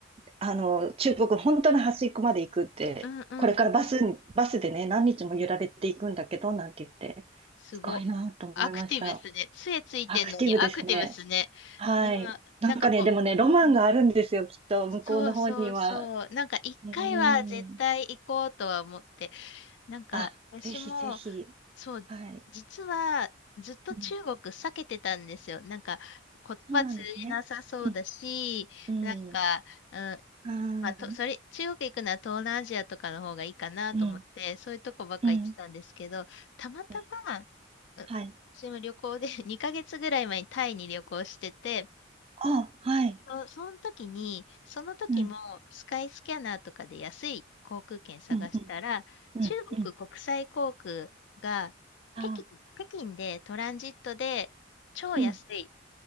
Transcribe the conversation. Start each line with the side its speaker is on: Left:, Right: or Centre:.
Right: あの、中国の本当の端っこまで行くって、
Left: ん、うん、
Right: これからバスに、
Left: うん。
Right: バスでね、何日も揺られていくんだけど、なんて言って、
Left: すご。
Right: すごいなと思いました。
Left: アクティブっすね。杖ついてんのにアクティブっすね。
Right: アクティブですね。はい。
Left: な、
Right: なんかね、
Left: なんかもう、
Right: でもね、ロマンがあるんですよ、きっと、
Left: そうそうそう。
Right: 向こうの方には。
Left: なんか一回は絶対行こうとは思って。
Right: うーん。
Left: なんか私も、
Right: あ、ぜひぜひ。
Left: そう、
Right: はい。
Left: 実はずっと中国避けてたんですよ。
Right: うん、
Left: なんか言葉通じなさそうだし、
Right: そうなんですね。うん、うん、
Left: なんか、うん、
Right: あー
Left: まあ、と、それ、中国行くなら東南アジアとかの方がいいかなと思って、
Right: うん、
Left: そういうとこばっか行ってたんですけど、
Right: うん、
Left: たまたま、
Right: うん、
Left: うん私も旅行で
Right: はい。
Left: <laughs> 2ヶ月ぐらい前にタイに旅行してて、
Right: あ、はい。
Left: そその時に、その時もスカイスキャナーとかで安い航空券探したら、
Right: うん、うん、うん、うん、
Left: 中国国際航空が北京、
Right: うん。あ
Left: 北京でトランジットで超安い
Right: ー、うん、